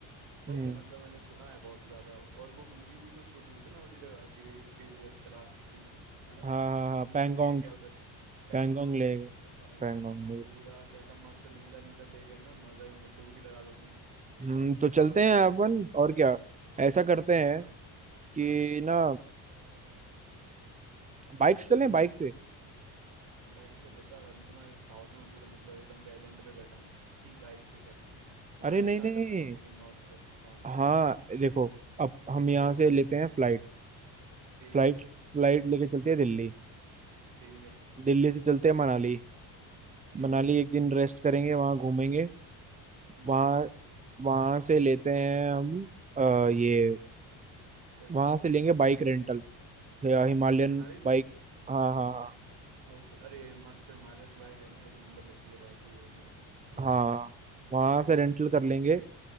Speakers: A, on the right (about 65°); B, on the right (about 15°).
A: सही
B: हम्म
A: है मतलब मैंने सुना है बहुत ज्यादा और वो मूवी भी तो शूट हुई थी ना उसी जगह थ्री थ्री इडियट्स का लास्ट सीन है ना
B: हाँ हाँ
A: जो
B: हाँ
A: ब्लू
B: पैंगोंग
A: लेक है उधर पेंगोंग
B: पैंगोंग ले
A: लेक अरे
B: पैंगोंग ले
A: पूरा कैसा मस्त नीला नीला लेक है ना मजा ही मतलब डुबकी लगा दो उसमें
B: हम्म तो चलते हैं अपन और क्या ऐसा करते हैं
A: हाँ
B: कि
A: हाँ
B: ना बाइक से चलें बाइक से
A: बाइक से लद्दाख अभी तो मैं साउथ में पूरा मतलब एकदम डेड एंड पे बैठा हूँ <laughs> बाइक से कैसे वहां
B: अरे
A: से
B: नहीं
A: स्टार्ट
B: नहीं
A: कर सकते हैं लेकिन नॉर्थ से हाँ
B: हाँ देखो अब हम यहाँ से लेते हैं फ्लाइट
A: ठीक
B: फ्लाइट
A: है
B: फ्लाइट लेके चलते हैं दिल्ली
A: ठीक है
B: दिल्ली से चलते हैं मनाली
A: ठीक
B: मनाली
A: है
B: एक दिन रेस्ट करेंगे वहाँ घूमेंगे
A: हम्म
B: वहाँ वहाँ से लेते हैं हम अ, ये
A: क्या
B: वहाँ से लेंगे बाइक रेंटल तो या हिमालयन
A: मनाली से
B: बाइक हाँ हाँ
A: ओके अरे मस्त हिमालयन बाइक है ना एक नंबर लगती है बाइक भी वो मेरे को हम्म
B: हाँ हाँ वहां से रेंटल
A: हम्म,
B: कर लेंगे